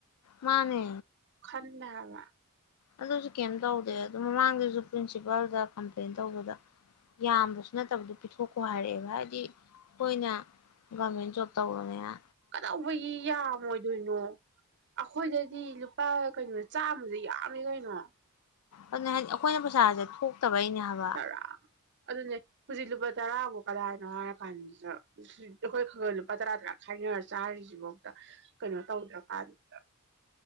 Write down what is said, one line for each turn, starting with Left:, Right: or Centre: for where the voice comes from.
Left: ꯃꯥꯅꯦ
Right: ꯈꯟꯗꯦ ꯍꯥꯏꯕ
Left: ꯑꯗꯨꯁꯨ ꯀꯩꯝ ꯇꯧꯗꯦ ꯑꯗꯨ ꯃꯃꯥꯡꯗꯁꯨ ꯄ꯭ꯔꯤꯟꯁꯤꯄꯥꯜꯗ ꯀꯝꯄ꯭ꯂꯦꯟ ꯇꯧꯕꯗ ꯌꯥꯝꯕꯁꯨ ꯅꯠꯇꯕꯗꯨ ꯄꯤꯊꯣꯛꯈꯣ ꯍꯥꯏꯔꯛꯑꯦꯕ ꯍꯥꯏꯗꯤ ꯑꯈꯣꯏꯅ ꯒꯔꯃꯦꯟ ꯖꯣꯕ ꯇꯧꯔꯃꯦꯅ
Right: ꯀꯗꯧꯕꯒꯤ ꯌꯥꯝꯃꯣꯏꯗꯣꯏꯅꯣ ꯑꯩꯈꯣꯏꯗꯗꯤ ꯂꯨꯄꯥ ꯀꯩꯅꯣ ꯆꯥꯝꯃꯁꯦ ꯌꯥꯝꯃꯦ ꯀꯩꯅꯣ
Left: ꯑꯗꯨꯅꯦ ꯍꯥꯏꯁꯦ ꯑꯩꯈꯣꯏꯅ ꯄꯩꯁꯥꯁꯦ ꯊꯣꯛꯇꯕꯩꯅꯦ ꯍꯥꯏꯕ
Right: ꯇꯔꯥ ꯑꯗꯨꯅꯦ ꯍꯧꯖꯤꯛ ꯂꯨꯄꯥ ꯇꯔꯥꯕꯧ ꯀꯗꯥꯏꯅꯣ ꯍꯥꯏꯔꯀꯥꯟꯗꯨꯗ ꯑꯩꯈꯣꯏ ꯈꯔ ꯈꯔ ꯂꯨꯄꯥ ꯇꯔꯥ ꯇꯔꯥ ꯈꯥꯏꯅꯔ ꯆꯥꯔꯤꯁꯤꯐꯥꯎꯗ ꯀꯩꯅꯣ ꯇꯧꯗ꯭ꯔꯀꯥꯟꯗ